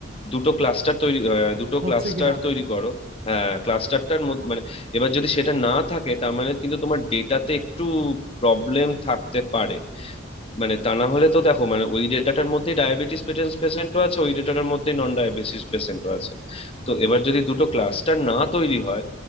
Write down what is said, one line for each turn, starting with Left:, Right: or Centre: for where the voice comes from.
Left: দুটো ক্লাস্টার তৈরি আহ, দুটো
Right: হচ্ছে
Left: ক্লাস্টার
Right: কি না দেও
Left: তৈরি করো হ্যাঁ ক্লাস্টারটার মধ্যে মানে এবার যদি সেটা না থাকে তার মানে কিন্তু তোমার ডেটাতে একটু প্রবলেম থাকতে পারে মানে তা না হলে তো দেখো মানে ওই ডেটাটার মধ্যে ডায়াবেটিস পেশেন্টও আছে ওই ডেটাটার মধ্যে নন ডায়াবেটিস পেশেন্টও আছে তো এবার যদি দুটো ক্লাস্টার না তৈরি হয়